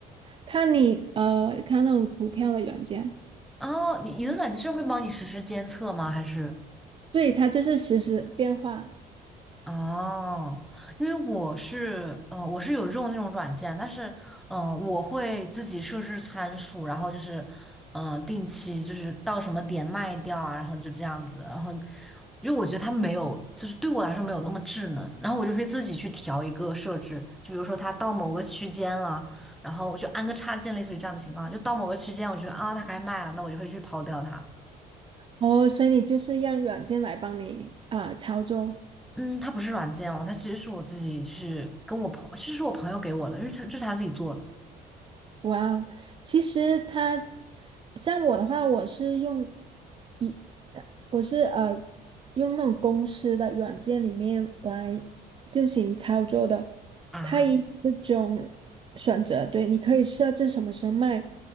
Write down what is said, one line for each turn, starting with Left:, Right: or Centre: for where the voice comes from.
Right: 看你呃，看那种股票的软件。
Centre: 哦，你你的软件是会帮你实时监测吗？还是？
Right: 对，它就是实时变化
Centre: 哦，因为我是呃，我是有用那种软件，但是嗯、呃我会自己设置参数，然后就是嗯、呃定期就是到什么点卖掉啊，然后就这样子，然后因为我觉得它没有，就是对我来说没有那么智能，然后我就会自己去调一个设置，就比如说它到某个区间了，然后我就安个插件，类似于这样的情况，就到某个区间，我觉得啊它该卖了，那我就会去抛掉它。
Right: 哦，所以你就是让软件来帮你啊、呃操作。
Centre: 嗯，它不是软件哦，它其实是我自己去跟我朋，其实是我朋友给我的，就是他这是他自己做的
Right: 哇哦，其实它像我的话，我是用一，我是呃用那种公司的软件里面来进行操作的。
Centre: 啊。
Right: 它也有这种选择，对，你可以设置什么时候卖，